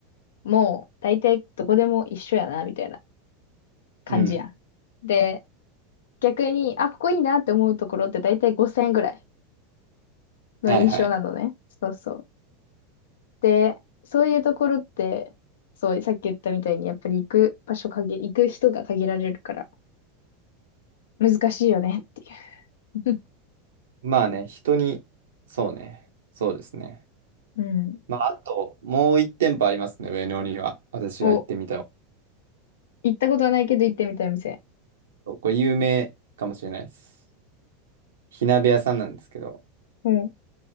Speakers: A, on the left (about 80°); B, on the right (about 85°).
A: もう、大体どこでも一緒やな、みたいな。感じやん。
B: うん。
A: で、逆に、あ、ここいいなって思うところって大体5000円ぐらいの印象なのね。
B: はいはい。
A: そうそう。で、そういうところって、そう、さっき言ったみたいに、やっぱり行く場所限、行く人が限られるから、難しいよねっていう。
B: まあね、人に、そうね。そうですね。
A: <laughs> うん。
B: まあ、あと、もう一店舗ありますね、上野には。私が行ってみたい。
A: お、行ったことはないけど行ってみたい店。
B: これ有名かもしれないです。火鍋屋さんなんですけど、
A: うん。